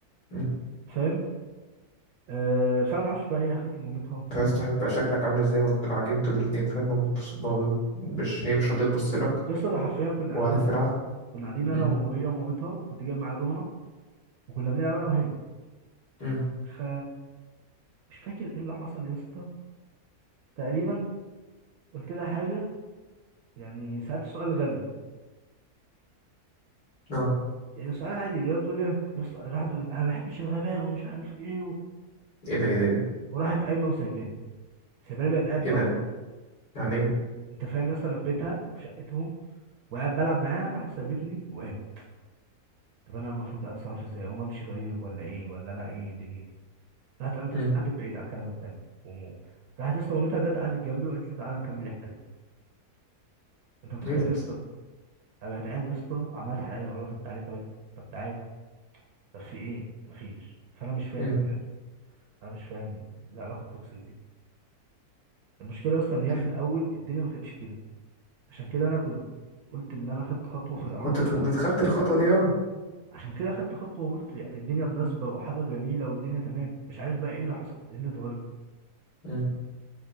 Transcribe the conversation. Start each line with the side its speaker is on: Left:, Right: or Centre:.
Left: مم.
Right: فاهم آه فانا ما اعرفش بقى هي حكت لمامتها
Left: انت عايز تعرف يبقى شكلك عامل ازاي وانتوا قاعدين انتوا الاتنين فاهم ما بتبص- ما ب- مش هي مش راضية تبص لك
Right: يا اسطى ده حرفيا كنا
Left: وبعدين
Right: قاعدين
Left: في العكس
Right: كنا قاعدين
Left: مم.
Right: انا وهي ومامتها وكنت جايب معايا دومنه وكنا بنلعب انا وهي
Left: مم.
Right: ف مش فاكر ايه اللي حصل يا اسطى تقريبا قلت لها حاجه يعني سالت سؤال غبي
Left: اه
Right: يعني سؤال عادي هي بتقول لي يا اسطى راحت تقول لي انا ما بحبش الغباء ومش عارف ايه و...
Left: ايه ده ايه ده ايه ده
Right: وراحت قايمه وسايباني سايباني بقت قاعد لوحدي
Left: ايه ده يعني ايه
Right: انت فاهم يا اسطى انا في بيتها في شقتهم وقاعد بلعب معاها راحت سايبتني وقامت طب انا المفروض اتصرف ازاي اقوم امشي طيب ولا ايه ولا انا ايه دنيتي راحت قامت
Left: مم.
Right: يا اسطى قعدت بعيد على الكنبه التانيه ومو راحت يا اسطى مامتها جت قعدت جنبي وقالت لي تعالى نكمل الحلقه انت متخيل
Left: ايه ده
Right: يا
Left: يا اسطى
Right: اسطى انا بقيت قاعد يا اسطى عملت حلقه ولا طب تعالي طيب طب تعالي طب في ايه مفيش فانا مش فاهم
Left: مم.
Right: بجد انا مش فاهم العلاقه التوكسيك دي المشكله اصلا ان
Left: مم.
Right: هي في الاول الدنيا ما كانتش كده عشان كده انا كنت قلت ان انا خدت خطوه في العلاقه
Left: كنت كنت
Right: ان انا
Left: دخلت الخطوة دي اه
Right: عشان كده خدت خطوه وقلت يعني الدنيا مناسبه وحاجه جميله والدنيا تمام مش عارف بقى ايه اللي حصل ايه اللي اتغير
Left: مم.